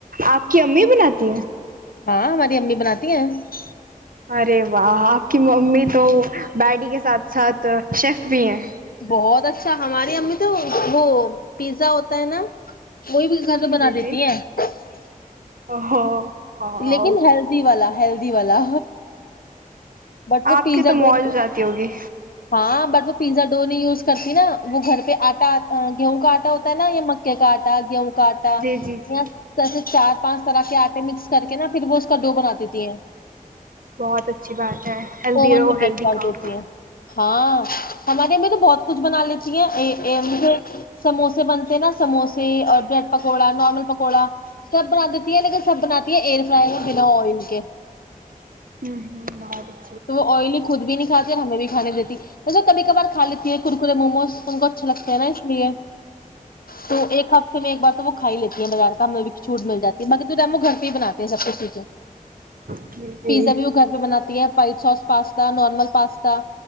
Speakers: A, on the right; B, on the left.
A: آپ کی امی بناتی ہیں <unintelligible>
B: ہاں ہماری امی بنااتی ہیں <unintelligible>
A: ارے واہ آپ کی ممی تو بیڈی کے ساتھ ساتھ شیف بھی ہیں
B: بہت اچھا ہمارے ہم میں تو وہ پیزا ہوتا ہے نا وہی ب گا تو بنا
A: جی
B: دیتی
A: جی
B: ہیں <unintelligible>
A: او
B: لیکن ہیلدی والا ہیلدی والا بٹ وہ
A: آپ
B: پیزا
A: کی تو
B: ڈ
A: موج ہو جاتی ہوگی
B: ہاں بٹ وہ پیا ڈ نہیں یوز کرتی نا وہ گھر پہ آٹا گیہوں کا آٹا ہوتا ہے نا یا مکے کا آٹا گیہوں کا کاٹا
A: جی جی جی
B: یا س <unintelligible> چار پانچ طرح کے آٹے مکس کر کے نا پھر وہ کا ڈو بنا دیتی ہیں
A: بہت اچھی بات ہے <unintelligible> ہیلدی
B: اوون
A: رہو
B: میں
A: ہیلدی
B: بیک کر
A: کھاؤ
B: دیتی
A: <unintelligible>
B: ہیں ہاں ہمارے میں نا بہت کچھ بنا لیتی ہیں مجھے سموسے بنتے ہیں نا سموسے اور بریڈ پکوڑا نارمل پکوڑا سب بنا دیتی ہے لیکن سب بنااتتی ہے ایر فرائی بنا ائل کے
A: ہوں ہ بار
B: تو وہ آئلی خود بھی <unintelligible> کھات اور ہمیں بھی کھانے دیتیسے کبھی کبار کھ لیتی ہیں کرکرے موموز س ہم کو اچھا لگتا ہے نا اس لیے تو ایک ہفتے میں ایک بار تو وہ لیتی ہیں بازار کا ہمیں چوٹ مل جی ہے باق تو رمو گھر بناتے ہیں سب کو چیزیں
A: جی جی
B: پیزا بھی وہ گھر پہ بناتے <unintelligible> ت <unintelligible> white sauce pasta normal pasta